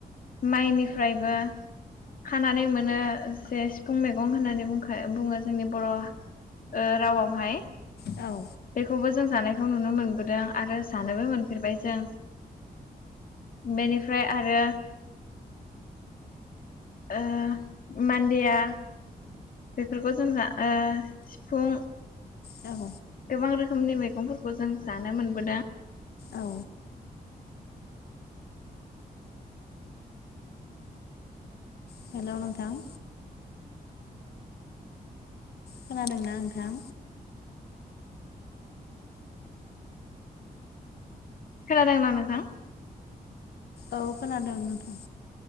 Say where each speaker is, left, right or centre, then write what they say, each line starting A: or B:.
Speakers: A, on the left; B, on the left.
A: माइनिफ्रायबो खानानै मोनो जे सिफुं मैगं होननानै बुंखा बुङो जोंनि बर' ओ रावाव हाय
B: औ।
A: बेखौबो जों जानायखौ नुनो मोनबोदों आरो जानोबो मोनफेरबाय जों बेनिफ्राय आरो ओ मान्देया बेफोरखौ जों जा ओ सिफुं
B: औ।
A: गोबां रोखोमनि मैगंफोरखौ जों जानो मोनबोदों।
B: औ हेल' नोंथां। खोनादोंना नोंथां?
A: खोनादोंना नोंथां?
B: औ खोनादों नोंथां।